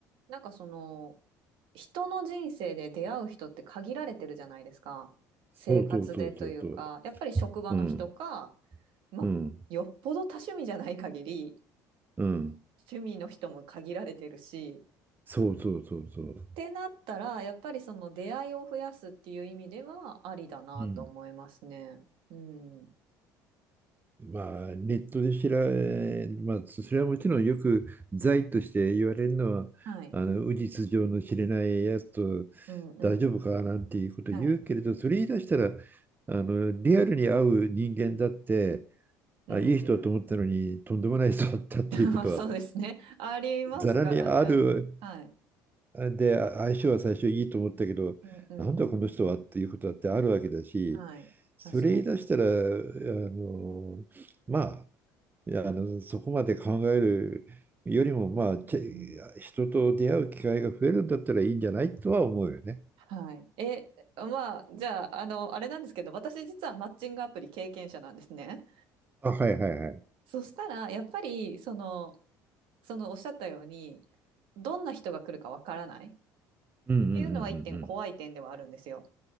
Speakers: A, on the right (about 70°); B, on the right (about 20°).
A: なんかその、人の人生で出会う人って限られてるじゃないですか。生活でというか、
B: そうそうそうそうそう。
A: やっぱり職場の人か、
B: うん、
A: まあ、
B: うん、
A: よっぽど多趣味じゃない限り、
B: うん、
A: 趣味の人も限られてるし、
B: そうそうそうそう。
A: ってなったら、やっぱりその出会いを増やすっていう意味ではありだなと思いますね。
B: うん。
A: うん。
B: まあ、ネットで知ら、えーまあ、それはもちろんよく罪として言われるのは、
A: はい。
B: あの、無実上の知れないやつと
A: うんうんうん。
B: 大丈夫かなんていうこと言うけれど、
A: はい。
B: それ言い出したら、
A: はい
B: あの、リアルに会う人間だって、
A: うんうん。
B: あ、いい人だと思ったのに、とんでもない人だったっていうことは
A: <laughs> まあそうですね。ありますからね。
B: ざらにある
A: はい。
B: で相性は最初いいと思ったけどなんだこの人はっていうことだってあるわけだし
A: うんうんうんうん。はい。
B: それ言い出したらあのまあ
A: 確かに。
B: いやあのそこまで考えるよりもまあち
A: うんうん。
B: 人と出会う機会が増えるんだったらいいんじゃないとは思うよね。
A: はい。え、まあ、じゃあ、あの、あれなんですけど、私実はマッチングアプリ経験者なんですね。
B: あ、はいはいはい。
A: そしたら、やっぱり、その、そのおっしゃったように、どんな人が来るかわからないっ
B: うんうんう
A: ていうのは一点怖い点ではあるんですよ。
B: ん